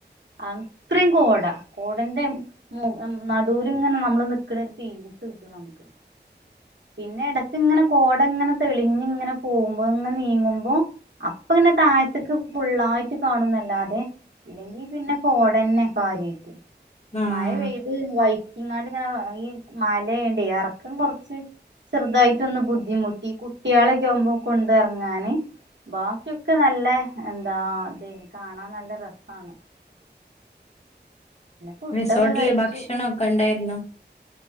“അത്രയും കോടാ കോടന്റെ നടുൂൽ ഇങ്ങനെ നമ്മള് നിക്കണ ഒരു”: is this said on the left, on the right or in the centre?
Right